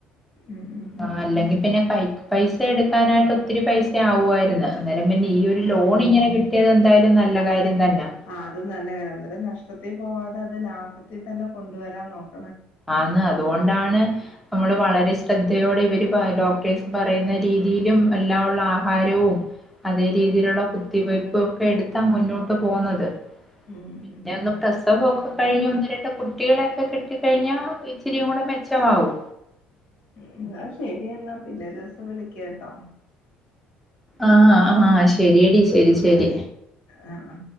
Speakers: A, on the left; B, in the centre.
A: ഉം ഉം ഉം.
B: ആ അല്ലെങ്കിൽ പിന്നെ കൈ പൈസ എടുക്കാനായിട്ട് ഒത്തിരി പൈസ ആവുായിരുന്നു അന്നേരം പിന്നെ ഈ ഒരു ലോൺ ഇങ്ങനെ കിട്ടിയത് എന്തായാലും നല്ല കാര്യം തന്നാ
A: ആ അത് നല്ല കാര്യം അന്നേരം നഷ്ടത്തിൽ പോവാതെ അത് ലാഭത്തിൽ തന്നെ കൊണ്ടുവരാൻ നോക്കാം
B: ആന്ന് അതുകൊണ്ടാണ് നമ്മള് വളരെ ശ്രദ്ധയോടെ ഇവര് ഡോക്ടേഴ്സ് പറയുന്ന രീതിയിലും എല്ലാം ഉള്ള ആഹാരവും അതേ രീതിയിലുള്ള കുത്തിവയ്പും ഒക്കെ എടുത്താ മുന്നോട്ട് പോന്നത്.
A: ഉം ഉം
B: പിന്നെ ഒന്ന് പ്രസവമൊക്കെ കഴിഞ്ഞഞ് ഒന്ന് രണ്ടാ കുട്ടികളൊക്കെ കിട്ടി കഴിഞ്ഞാ ഇത്തിരിയും കൂടെ മെച്ചമാവും.
A: എന്ന ശരിയെന്നാ പിന്നെ <unintelligible> വിളിക്ക ട്ടോ
B: ആഹ് ആഹ് ശരിടി ശരി ശരി
A: ആ ആ.